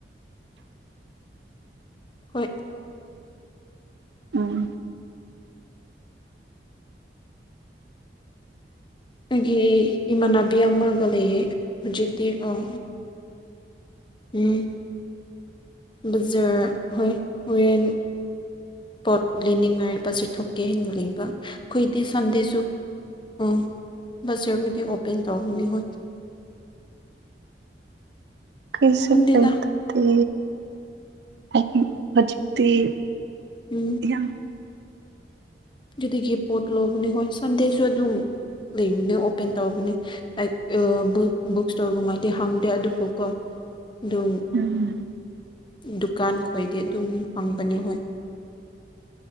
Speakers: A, on the left (about 25°); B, on the right (about 65°).
A: ꯍꯣꯏ
B: ꯎꯝ
A: ꯑꯩꯒꯤ ꯏꯃꯥꯟꯅꯕꯤ ꯑꯃꯒ ꯂꯩꯌꯦ ꯍꯧꯖꯤꯛꯇꯤ ꯑꯣ ꯎꯝ ꯕꯖꯔ ꯍꯣꯏ ꯍꯔ‌ꯦꯟ ꯄꯣꯠ ꯂꯩꯅꯤꯡꯉꯥꯏ ꯕꯖꯔ ꯊꯣꯛꯀꯦ ꯍꯥꯏꯅ ꯂꯩꯕ ꯑꯩꯈꯣꯏꯗꯤ ꯁꯟꯗꯦꯁꯨ ꯎꯝ ꯕꯖꯔꯕꯨꯗꯤ ꯑꯣꯄꯦꯟ ꯇꯧꯒꯅꯤ ꯍꯣꯏ
B: ꯀꯩꯁꯛꯇꯗꯤ
A: ꯈꯪꯗꯦꯗ
B: ꯍꯧꯖꯤꯛꯇꯗꯤ <unintelligible>
A: ꯎꯝ
B: ꯌꯥꯝ
A: ꯑꯗꯨꯗꯒꯤ ꯄꯣꯠ ꯂꯧꯕꯅꯦ ꯍꯣꯏ ꯁꯟꯗꯦꯁꯨ ꯑꯗꯨꯝ ꯂꯩꯕꯅꯦ ꯑꯣꯄꯦꯟ ꯇꯧꯕꯅꯤ ꯑꯥ ꯕꯨ ꯕꯨꯛ ꯏꯁꯇꯣꯔꯒꯨꯝꯃꯗꯤ ꯍꯪꯗꯦ ꯑꯗꯨꯕꯨꯀꯣ ꯑꯗꯨꯝ
B: ꯎꯝ
A: ꯗꯨꯀꯥꯟ ꯈꯣꯏꯗꯤ ꯑꯗꯨꯝ ꯍꯪꯕꯅꯤ ꯍꯣꯏ